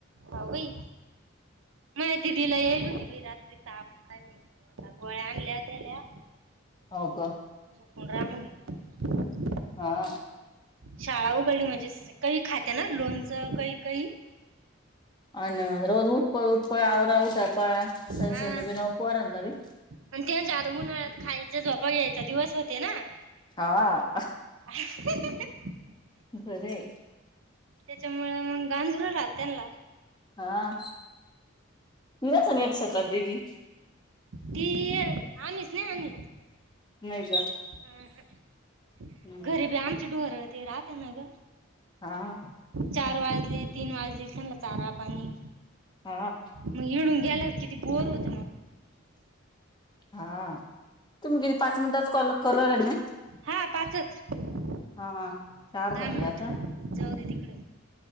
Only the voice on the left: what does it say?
हाव का?
हा.
अन रोज उठ पळ उठ पळ आवरा उठा पळा सन
सन येतेना ओ पोरानला बी.
हा.
बराये.
हा, निरासन येत सत <unintelligible>
नय ग.
हम्म
हा.
हा.
हा, तुम्ही किती पाच मिनिटात कॉल करायला नव?
हा चार झाले
आता